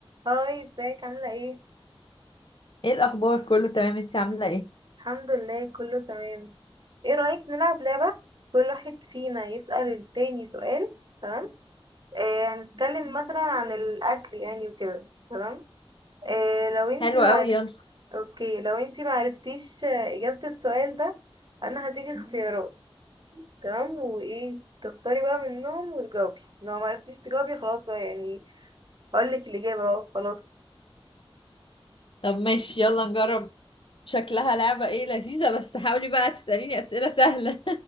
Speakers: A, on the right; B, on the left.
A: هاي ازيك عاملة ايه؟
B: ايه الاخبار كله تمام انتي عامله ايه
A: الحمد لله كله تمام ايه رأيك نلعب لعبة كل واحد فينا يسأل التاني سؤال تمام؟ آه هنتكلم مثلا عن الأكل يعني وكده تمام؟ آه لو انتي
B: حلو
A: معرفت
B: قوي يلا
A: اوكي لو انتي معرفتيش آه، إجابة السؤال ده أنا هديكي اختيارات تمام وايه تختاري بقى منهم وتجاوبي لو معرفتيش تجاوبي خلاص بقى يعني هقولك الإجابة بقى خلاص
B: طب ماشي يلا نجرب شكلها لعبه ايه لذيذه بس حاولي بقى تساليني اسئله سهله